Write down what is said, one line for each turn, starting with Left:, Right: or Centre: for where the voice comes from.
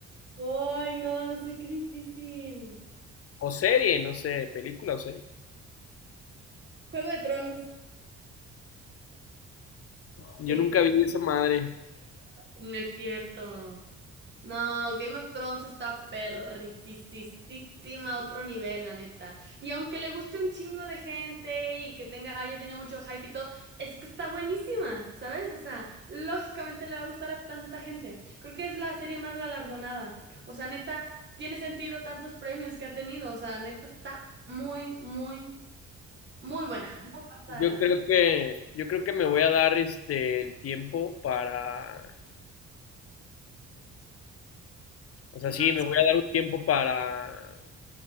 Right: Ay, no, no sé, qué difícil.
Left: O serie, no sé, película o serie.
Right: Juego de Tronos.
Left: Yo
Right: Sí.
Left: nunca vi esa madre.
Right: No es cierto. No, Game of Thrones está perricisísima a otro nivel, la neta. Y aunque le guste un chingo de gente y que tenga, haya tenido mucho hype y todo, es que está buenísima, ¿sabes? O sea, lógicamente le va a gustar a tanta gente. Creo que es la serie más galardonada. O sea, neta, tiene sentido tantos premios que ha tenido. O sea, neta, está muy, muy, muy buena. Muy pasada
Left: Yo
Right: de lanza.
Left: creo que yo creo que me voy a dar este el tiempo para, o
Right: Si
Left: sea,
Right: no,
Left: sí, me voy a dar un tiempo para